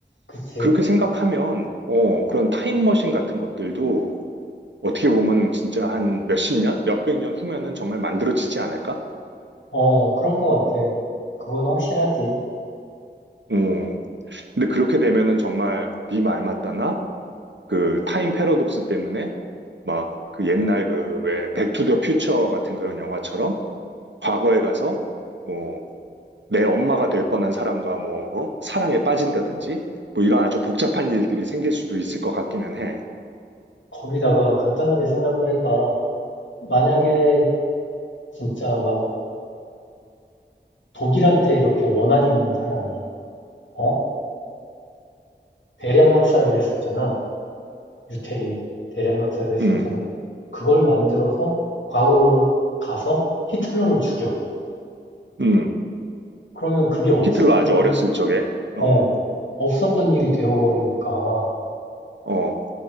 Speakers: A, on the left; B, on the right.
A: 그치.
B: 그렇게 생각하면, 어, 그런 타임머신 같은 것들도 어떻게 보면 진짜 한 몇십 년? 몇백 년 후면은 정말 만들어지지 않을까?
A: 어, 그럴 것 같아. 그건 확실하지.
B: 음. 근데 그렇게 되면은 정말 네 말 맞다나? 그 타임 패러독스 때문에 막 그 옛날 그 왜 백투더 퓨처 같은 그런 영화처럼 과거에 가서 뭐 내 엄마가 될 뻔한 사람과 뭐, 어? 사랑에 빠진다든지, 뭐 이런 아주 복잡한 일들이 생길 수도 있을 것 같기는 해.
A: 거기다가 간단하게 생각을 해봐. 만약에 진짜 막 독일한테 이렇게 원한이 있는 사람이, 어? 대량 학살을 했었잖아. 유태인 대량 학살을 했었잖아.
B: 음,
A: 그걸 만들어서 과거로 가서 히틀러를 죽여.
B: 음.
A: 그러면 그게 없었던
B: 히틀러 아주
A: 일,
B: 어렸을 적에, 어,
A: 어, 없었던 일이 되어버리니까
B: 어,